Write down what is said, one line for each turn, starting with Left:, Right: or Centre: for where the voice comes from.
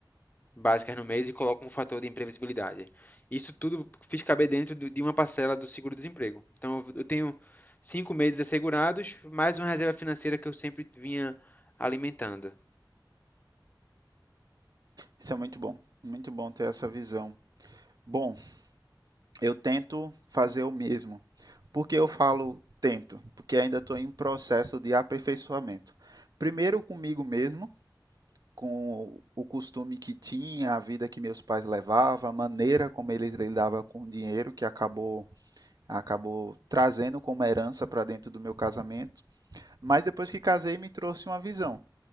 Left: básicas no mês e coloco um fator de imprevisibilidade. Isso tudo fiz caber dentro de uma parcela do seguro-desemprego. Então, eu tenho cinco meses assegurados, mais uma reserva financeira que eu sempre vinha alimentando.
Right: Isso é muito bom, muito bom ter essa visão. Bom, eu tento fazer o mesmo. Por que eu falo tento? Porque ainda estou em processo de aperfeiçoamento. Primeiro comigo mesmo, com o costume que tinha, a vida que meus pais levavam, a maneira como eles lidavam com o dinheiro que acabou acabou trazendo como herança para dentro do meu casamento. Mas depois que casei, me trouxe uma visão.